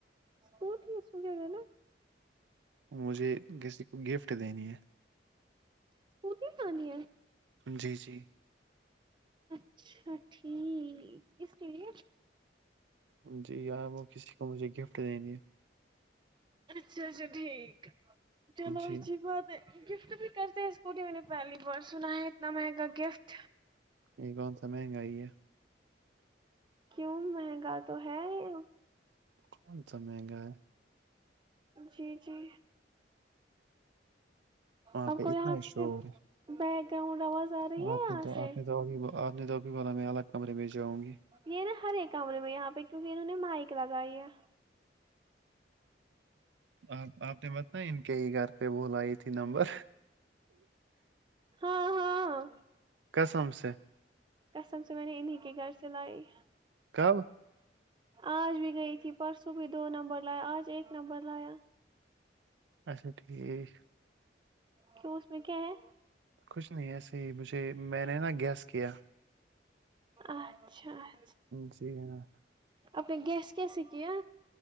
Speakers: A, on the right; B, on the right.
A: اس کوٹ ہی سو جائے گا نا
B: مجھے کسی کو گفٹ دینی ہے
A: اسکوٹی کہانی ہے
B: جی جی
A: اچھا ٹھیک اسس کے لیے
B: جی یار وہ کسی کو مجھے گفٹ دینی ہے
A: اچھا اچھا ٹھیک
B: ہے
A: چلو
B: جی
A: اھی بت ہے گفٹ بھی کرتے ہیں اس کو نہیں میں نے پہلی بار سنا ہے اتنا مہنگا گفٹ
B: یہ گو سمے منگ آئیے
A: کیوں مہنگا تو ہے یہ
B: کون سا مہنگا ہے
A: جی جی
B: وہاں
A: اور
B: پہ
A: کوئی
B: اتنا
A: یہاں پ
B: شور
A: بی کہ آواز آ رہی ہے
B: آپ
A: یہاں
B: نے تو
A: سے
B: آپ نے تو ابھی آپ نے توب بھی با میں الگ کمرے میں جاؤں گی
A: یہ نا ہر ایک کمرے میں یہاں پہ کیونکہ انہوں نے مائک لگائی ہے
B: آپ آپ نے بت ان کے ہی گھر پہ بلائی تھی نمبر
A: ہاں ہاں ہاں
B: کسم سے
A: کسم سے میں نے انیں کے گھر سے لائی
B: کب
A: آج بھی گئی تھی پرسوں بھی دو نمبر لایا آج ایک نمبر لایا
B: اچھا ٹھیک
A: کیوں اس میں کیا ہے
B: کچھ نہیں ایسے ہی مجھے میں نے نا گیس کیا
A: اچھاچ
B: جٹییک ہے نا
A: اپنے گیس کیسیے کیایا